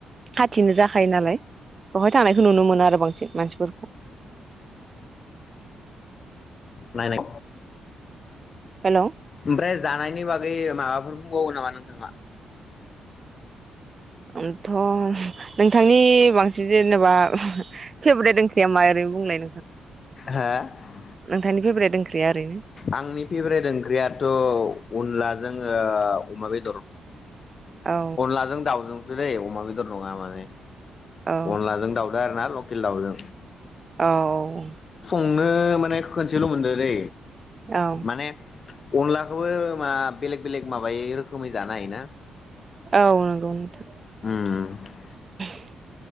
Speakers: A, on the right; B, on the left.
A: खाथिनो जाखायो नालाय बेवहाय थांनायखौ नुनो मोनो आरो बांसिन मानसिफोरखौ
B: नाय नाय
A: हेल'
B: ओमफ्राय जानायनि बा गै माबाफोर बुंबावो नामा नोंथाङा
A: आंथ' नोंथांनि बि बांसिन जेनेबा फेभरेट ओंख्रिया मा ओरैनो बुंलाय?
B: हो
A: नोंथांनि फेभरेट ओंख्रिया ओरैनो
B: आंनि फेभरेट ओंख्रियाथ' अनला जोङो अमा बेदर
A: औ
B: अनलाजों दाउजों सो जायो अमा बेदर नङा माने
A: औ
B: अनलाजों दाउदो आरो ना लकेल दावजों
A: औ
B: नो माने खोनसेल' मोनदों दै
A: औ
B: माने अनलाखौबो मा बेलेग बेलेग माबायै रोखोमै जानो हायो ना
A: औ नोंगौ नोंथां
B: उम
A: <inaudible>